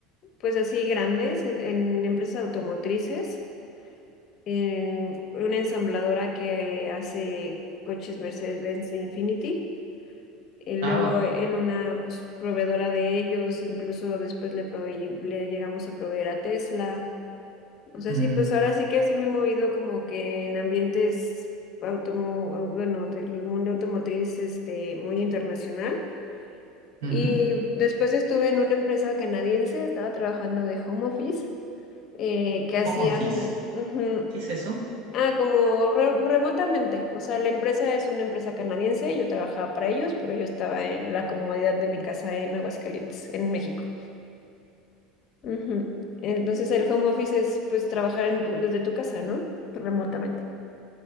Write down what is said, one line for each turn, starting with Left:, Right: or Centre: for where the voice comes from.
Left: pues así grandes, en, en empresas automotrices, en una ensambladora que hace coches Mercedes-Benz e Infiniti. eh, luego
Right: Ah, wow.
Left: en una pues, proveedora de ellos, incluso después le, proveí- le llegamos a proveer a Tesla. O sea,
Right: Mm,
Left: sí, pues ahora sí que sí me he movido como que en ambientes automo bueno, del mundo automotriz este, muy internacional.
Right: ujú.
Left: Y después estuve en una empresa canadiense, estaba trabajando de home office, eh, que hacían,
Right: Home office.
Left: ujú,
Right: ¿Qué es eso?
Left: Ah, como re- remotamente. O sea, la empresa es una empresa canadiense, yo trabajaba para ellos, pero yo estaba en la comodidad de mi casa en Aguascalientes, en México. Ujú. Entonces el home office es pues trabajar en tu- desde tu casa, ¿no? Remotamente.